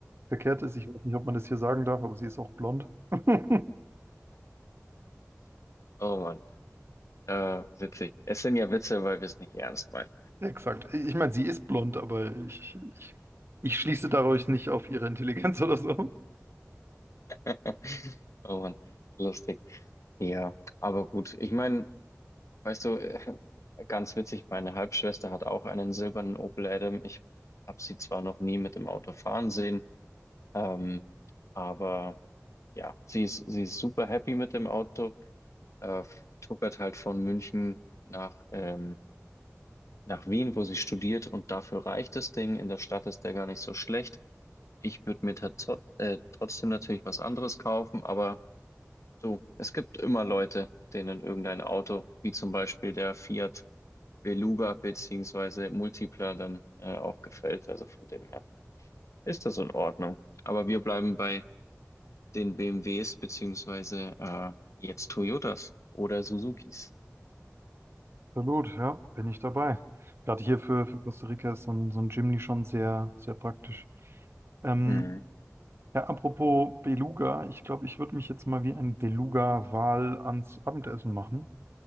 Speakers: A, on the right; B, on the left.
A: verkehrt ist. Ich weiß nicht, ob man das hier sagen darf, aber sie ist auch blond. <laughs>
B: Oh Mann, äh, witzig. Es sind ja Witze, weil wir es nicht ernst meinen.
A: Exakt. Ich meine, sie ist blond, aber ich, ich, ich schließe dadurch nicht auf ihre Intelligenz oder so.
B: <laughs> Oh Mann, lustig. Ja, aber gut. Ich meine, weißt du, äh, ganz witzig, meine Halbschwester hat auch einen silbernen Opel Adam. Ich habe sie zwar noch nie mit dem Auto fahren sehen, Ähm, aber ja, sie ist, sie ist super happy mit dem Auto, äh, tuckert halt von München nach, ähm, nach Wien, wo sie studiert und dafür reicht das Ding. In der Stadt ist der gar nicht so schlecht. Ich würde mir tats- äh, trotzdem natürlich was anderes kaufen, aber so, es gibt immer Leute, denen irgendein Auto, wie zum Beispiel der Fiat Beluga beziehungsweise Multipla dann äh, auch gefällt. Also von dem her ist das in Ordnung. Aber wir bleiben bei den BMWs beziehungsweise äh, jetzt Toyotas oder Suzukis.
A: Absolut, ja, bin ich dabei. Gerade hier für, für Costa Rica ist so ein, so ein Jimny schon sehr, sehr praktisch. Ähm,
B: Mhm.
A: ja, apropos Beluga, ich glaube, ich würde mich jetzt mal wie ein Beluga-Wal ans Abendessen machen.